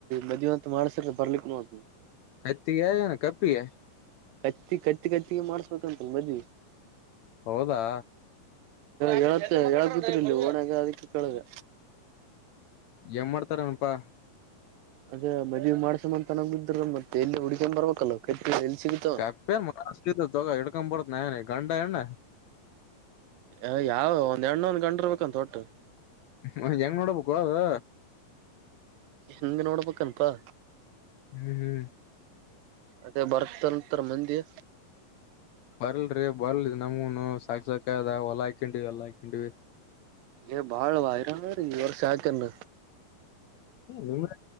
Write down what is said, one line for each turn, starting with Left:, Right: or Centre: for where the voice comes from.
Right: ಮದುವೆ ಅಂತ ಮಾಡಸರ ಬರ್ಲಿಕ್ ನೋಡಿ
Left: ಕತ್ತಿ ಯ ಕಪ್ಪಿಯ
Right: ಕತ್ತಿ ಕತ್ತಿ ಕತ್ತಿಗೆ ಮಾಡ್ಸ್ಬೇಕಂತಲ್ ಮದ್ವಿ
Left: ಹೌದಾ
Right: ಹೇಳತ್ ಹೇಳದ ಬಿತ್ತರ್ ಇಲ್ಲಿ ಓಣಾಗ ಅದಕ್ಕೆ ಕೇಳದ
Left: ನ್ ಮಾಡ್ತಾರನಪಾ
Right: ಅದೇ ಮದ್ವಿ ಮಾಡ್ಸಮ್ಮಂತ ತನ ಇದ್ರ ಮತ್ತೆ ಎಲ್ಲಿ ಹುಡ್ಕೊಂಡ್ ಬರ್ಬೇಕಲ್ಲವ ಕೈತ್ರಿ ಎಲ್ಲಿ ಸಿಗುತ್ತ
Left: ಕಪ್ಪೆ ಎನ್ ಮನರ್ ಸಿಗ್ತಾವ ತೊಗೊ ಇಡ್ಕೊಮ್ ಬಡತ್ನೀ ನಾನೇ ಗಂಡ ಹೆಣ್ಣ
Right: ಅ ಯಾವ ಒಂದ್ಣ್ಣೊಂಣ್ಣು ಒಂದ್ ಗಂಡರ್ ಬೇಕಂತ ಒಟ್ಟು
Left: ಮ ಹೆಂಗ್ ನೋಡಬೇಕು ಹೋ ಅದು
Right: ಹೆಂಗ ನೋಡ್ಬೇಕನಪಾ
Left: ಹ್ಮ್ ಹ್ಮ್
Right: ಅದೇ ಬರ್ತಂತರ್ ಮಂದಿ
Left: ಬರ್ಲ್ರರಿ ಬರ್ಲ್ ನಮಗನು ಸಾಕ ಸಾಕದ ಹೊಲ ಹಾಕಂಡಿವವಿ ಹೊಲ್ಲಾ ಹಾಕಂಡಿವವಿ
Right: ಏ ಬಾಳ್ ವೈರ ರ ಈ ವರ್ಷ ಯಾಕನ್ನು
Left: ನಿಮ್ದ